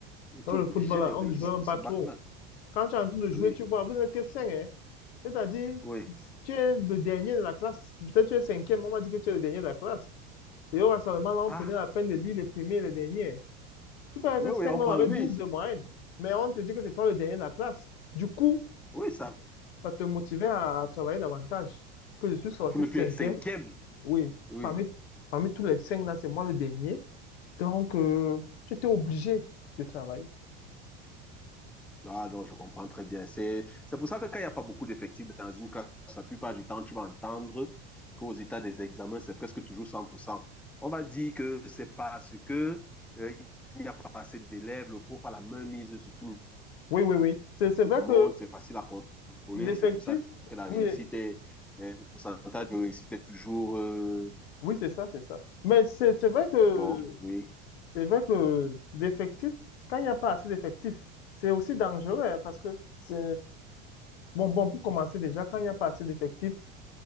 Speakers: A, in the centre; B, on the left.
A: Il était
B: Dans le
A: obligé
B: football, là,
A: de
B: on
A: réussir
B: ne jouait même
A: ce
B: pas
A: bac-là.
B: trop. Quand tu es en train de
A: Oui.
B: jouer, tu vois, vous n'êtes que cinq, hein. C'est-à-dire,
A: Oui.
B: tu es le dernier de la classe. Peut-être tu es cinquième, on m'a dit que tu es le dernier de la classe. Et on va seulement, là, on
A: Ah,
B: prenait la peine de lire les premiers et les derniers. Tu peux être
A: oui, oui,
B: cinq
A: on
B: membres
A: prend.
B: avec
A: Oui,
B: 12 de moyenne, mais on te dit que c'est toi le dernier de la classe. Du coup,
A: oui, ça,
B: ça te motivait à, à travailler davantage. Que je suis sorti
A: pour ne
B: cinquième,
A: plus être cinquième.
B: oui,
A: Oui.
B: parmi, parmi tous les cinq là, c'est moi le dernier. Donc, euh, tu étais obligé de travailler.
A: Ah non, je comprends très bien. C'est, c'est pour ça que quand il n'y a pas beaucoup d'effectifs dans une classe, la plupart du temps, tu vas entendre qu'aux états des examens, c'est presque toujours 100%. On va dire que c'est parce que, euh, il n'y a pas assez d'élèves, le prof a la main mise sur tout
B: Oui, oui, oui. C'est c'est vrai
A: le monde,
B: que
A: c'est facile à contrôler,
B: l'effectif,
A: c'est pour ça que la
B: oui,
A: réussite est, euh, le pourcentage de réussite est toujours, euh,
B: oui, c'est ça, c'est ça. Mais c'est c'est vrai que
A: bon, oui.
B: C'est vrai que l'effectif, quand il n'y a pas assez d'effectifs, c'est aussi dangereux hein, parce que c'est... Bon, bon, pour commencer déjà, quand il n'y a pas assez d'effectifs,